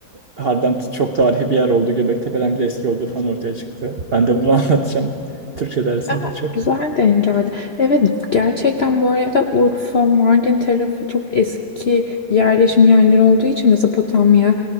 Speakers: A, on the right (about 85°); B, on the left (about 65°).
A: harbiden t- çok tarihi bir yer oldu. Göbeklitepe'den bile eski olduğu falan ortaya çıktı. Ben de bunu <laughs> anlatacağım. Türkçe dersinde
B: Ama
A: çok.
B: güzel denk geldi. Evet gerçekten bu arada Urfa, Mardin tarafı çok eski yerleşim yerleri olduğu için Mezopotamya